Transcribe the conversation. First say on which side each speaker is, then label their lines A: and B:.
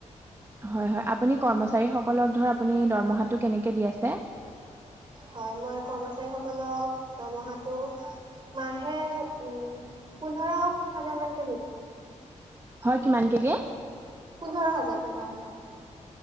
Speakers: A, on the right (about 20°); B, on the right (about 35°).
A: হয় হয়, আপুনি কৰ্মচাৰীসকলক ধৰ আপুনি দৰমহাটো কেনেকৈ দি আছে?
B: হয়, মই কৰ্মচাৰীসকলক দৰমহাটো মাহে উম পোন্ধৰ হাজাৰ মানকে দিওঁ।
A: হয়, কিমান কে দিয়ে?
B: পোন্ধৰ হাজাৰ পোন্ধৰ হাজাৰ।